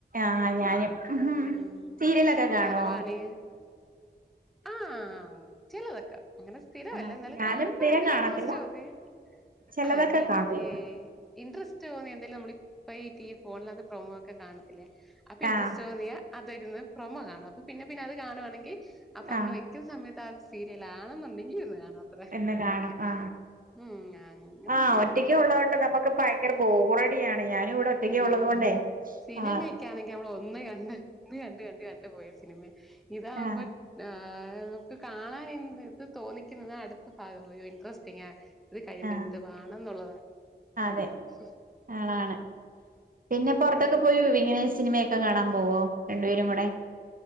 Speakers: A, on the right; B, in the centre.
A: ആഹ് ഞാനും
B: മ് ഉം
A: സീരിയലൊക്കെ കാണുവോ
B: വേറെ പണി ആ ചിലതൊക്കെ അങ്ങനെ സ്ഥിരമല്ല
A: ആഹ്
B: എന്നാലും
A: ഞാനും
B: കാണും.
A: സ്ഥിരം
B: <inaudible>
A: കാണത്തില്ല ചിലതൊക്കെ കാണുമായിരുന്നു
B: അപ്പൊ ഈ ടി വി, ഫോണിലൊക്കെ പ്രൊമോ ഒക്കെ കാണത്തില്ലേ അപ്പൊ ഇന്ട്രെസ്റ്റ്
A: ആഹ്
B: തോന്നിയാൽ അതിര്ന്ന് പ്രൊമോ കാണും. അപ്പൊ പിന്നെ പിന്നെ അത് കാണുവാണെങ്കിൽ അപ്പൊ നമ്മള്
A: ആഹ്
B: വെക്കുന്ന സമയത്ത് ആത് സീരിയലാണെന്ന്ണ്ടെങ്കിൽ ഇരുന്നു കാണും അത്രേ
A: എന്ന് കാണും ആ
B: ഉം അങ്ങനെ
A: ആ
B: നമ്മള്
A: ഒറ്റക്ക് ഉള്ള കൊണ്ട് നമുക്ക് ഭയങ്കര ബോറടിയാണ് ഞാന് ഇവിടെ ഒറ്റക്ക
B: ഉം
A: ഉള്ളത് കൊണ്ടേ
B: സിനിമയൊക്കെ
A: ആ
B: ആണെങ്കി നമ്മൾ ഒന്ന് കണ്ട് ഒന്ന് കണ്ട് കണ്ട് കണ്ട് പോയ സിനിമേ ഇതാവുമ്പോ
A: ആഹ്
B: ഏ അ നമുക്ക് കാണാൻ ഇ ഇത് തോന്നിക്ക്ന്നേ അട്ത്ത ഭാഗം ഒരു ഇൻട്രസ്റ്റിങ്ങേ ഇത് കഴിയുമ്പോ
A: ആഹ്
B: എന്ത്‌ വാണന്നുള്ളതാ അങ്ങനെയാണ്
A: അതെ
B: ഉം
A: ആളാണ് പിന്നെ പൊറത്തൊക്കെ പോയി വിങ്ങനെ സിനിമയെക്കെ കാണാൻ പോവോ രണ്ടുപേരും കൂടെ